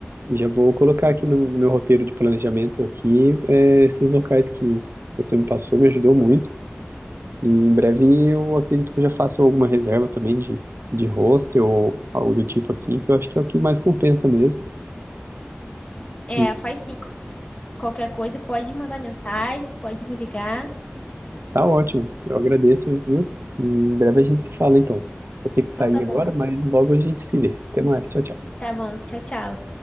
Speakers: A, on the right; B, on the left.
A: E já vou colocar aqui no, no meu roteiro de planejamento aqui, é, esses locais que você me passou, me ajudou muito. E em breve eu acredito que eu já faço alguma reserva também de, de hostel ou algo do tipo assim, que eu acho que é o que mais compensa mesmo.
B: É,
A: E
B: faz sim. Qu- Qualquer coisa, pode mandar mensagem, pode me ligar.
A: tá ótimo, eu agradeço, viu? E em breve a gente se fala então. Vou ter que
B: Então
A: sair
B: tá bom.
A: agora, mas logo a gente se vê. Até mais, tchau, tchau.
B: Tá bom. Tchau, tchau.